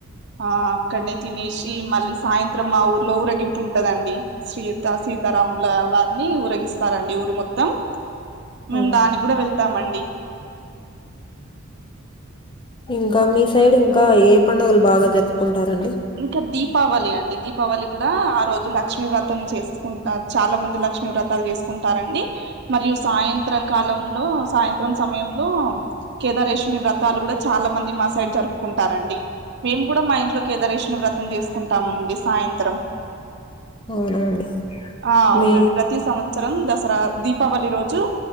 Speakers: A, on the right; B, on the left.
A: ఆ అక్కన్నే తినేసి మల్లి సాయంత్రం మా ఊర్లో ఊరేగింపు ఉంటదండి సీత సీతారాముల వారిని ఊరెగిస్తారండి ఊరు మొత్తం మేమ్
B: అవునండి
A: దానికి గూడా వెళ్తామండి
B: ఇంకా మీ సైడ్ ఇంకా ఏ పండుగలు బాగా జరుపుకుంటారండి
A: ఇంకా దీపావళి అండి దీపావళి గూడా ఆ రోజు లక్ష్మీ వ్రతం చేస్ ఉంటా చాలా మంది లక్ష్మీ వ్రత్ అప్పల్ చేసుకుంటారండి మరియు సాయంత్రం కాలంలో సాయంత్రం సమయంలో కేదారేేశ్వని వ్రతాలు గూడా చాలా మంది మా సైడ్ జరుపుకుంటారండి మేము కూడా మా ఇంట్లో కేదరేశ్ను వ్రతం చేసుకుంటామండి సాయంత్రం
B: అవునా అండి
A: ఆ అవునండి
B: మీ
A: వ్రత్ ప్రతి సంవత్సరం దసరా దీపావళి రోజు